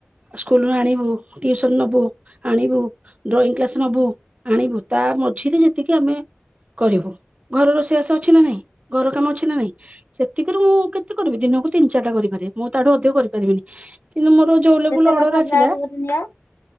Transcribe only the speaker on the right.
ସ୍କୁଲଣୁ ଆଣିବୁ, ଟିଉସନ ନେବୁ, ଆଣିବୁ, ଡ୍ରଇଂ କ୍ଲାସ ନେବୁ ଆଣିବୁ, ତା ମଝିରେ ଯେତିକି ଆମେ କରିବୁ, ଘରେ ରୋଷେଇ ବାସ। ଅଛି ନା ନାଇଁ? ଘର କାମ ଅଛି ନା ନାଇଁ? ସେତିକିରୁ ମୁଁ କେତେ କରିବି? ଦିନକୁ ତିନି, ଚାରଟା କରିପାରିବି ମୁଁ ତାଠୁ ଅଧିକ କରିପାରିବିନି, କିନ୍ତୁ ମୋର ଯୋଉ ଲେବୁଲର
ଅର୍ଡର ଆସିଲା